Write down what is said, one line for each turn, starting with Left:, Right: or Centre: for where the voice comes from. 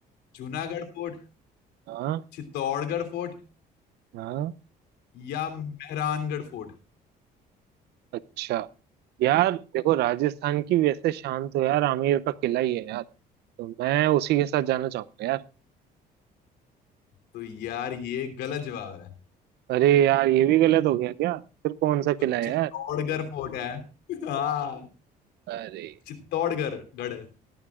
Left: Junagarh fort
Right: हाँ
Left: Chittorgarh fort
Right: हाँ
Left: या मेहरानगढ़ फोर्ट
Right: अच्छा यार देखो राजस्थान की वैसे शान तो यार आमेर का किला ही है यार तो मैं उसी के साथ जाना चाहूंगा यार
Left: तो यार ये गलत जवाब है
Right: अरे यार ये भी गलत हो गया क्या फिर कौन सा
Left: तो
Right: किला यार
Left: चित्तौड़गढ़ फोर्ट है हाँ
Right: अरे
Left: चित्तौड़गढ़ गढ़